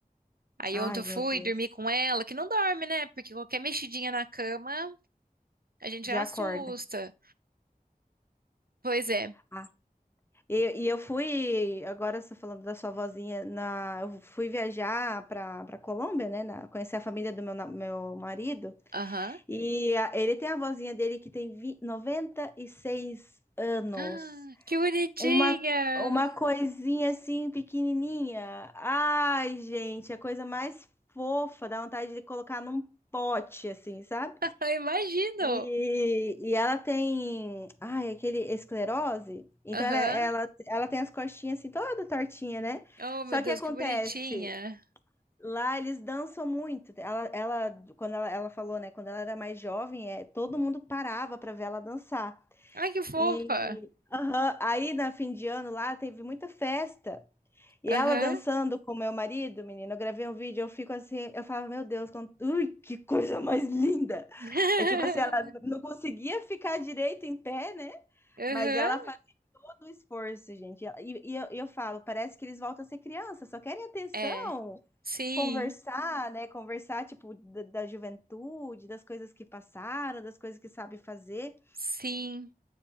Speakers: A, on the right; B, on the left.
A: Aí
B: Ai,
A: ontem eu
B: meu
A: fui
B: Deus,
A: dormir com ela, que não dorme, né? Porque qualquer mexidinha na cama, a gente
B: já
A: já assusta.
B: acorda.
A: Pois é.
B: Ah, e, e eu fui, agora você falando da sua vozinha, na, eu fui viajar para para Colômbia, né? na- conhecer a família do meu, na- meu marido,
A: Aham.
B: e a- ele tem a vozinha dele que tem vi- 96 anos.
A: Ah, que bonitinha!
B: Uma, uma coisinha
A: <laughs>
B: assim, pequenininha. Ai, gente, a coisa mais fofa, dá vontade de colocar num pote, assim, sabe?
A: Eu imagino!
B: E, e ela tem, ai, aquele esclerose. Então
A: Aham.
B: ela, ela, ela tem as costinhas assim, toda tortinha, né?
A: Oh, meu
B: Só
A: Deus,
B: que acontece,
A: que bonitinha!
B: lá eles dançam muito. Ela, ela quando ela, ela falou, né? Quando ela era mais jovem, é, todo mundo parava para ver ela dançar.
A: Ai, que fofa!
B: E aham, aí na fim de ano lá teve muita festa. E
A: Aham.
B: ela dançando com meu marido, menina, eu gravei um vídeo, eu fico assim, eu falava, meu Deus, quant- ui, que coisa mais linda!
A: <laughs>
B: É tipo assim, ela não conseguia ficar direito em pé, né?
A: Aham.
B: Mas ela fazia todo o esforço, gente. E, e eu, e eu falo, parece que eles voltam a ser criança, só querem atenção,
A: É. Sim,
B: conversar, né? Conversar, tipo, da, da juventude, das coisas que passaram, das coisas que sabe fazer.
A: sim.